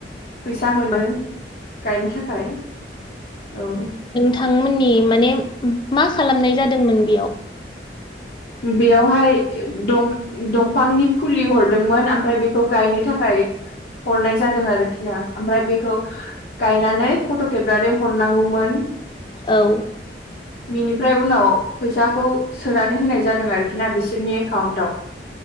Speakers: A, on the left; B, on the left.
A: फैसा मोनो
B: औ
A: गायनो थाखाय औ
B: बिथांमोननि माने मा खालामनाय जादोंमोन बेयाव
A: बेयावहाय दं दंफांनि फुलि हरदोंमोन ओमफ्राय बेखौ गायनो थाखाय हरनाय जादों आरोखि ना ओमफ्राय बेखौ गायनानै फट' खेबनानै हरनांगौमोन
B: औ
A: बिनिफ्राय उनाव फैसाखौ सोनानै होनाय जादों आरोखि ना बिसोरनि एकाउन्टाव।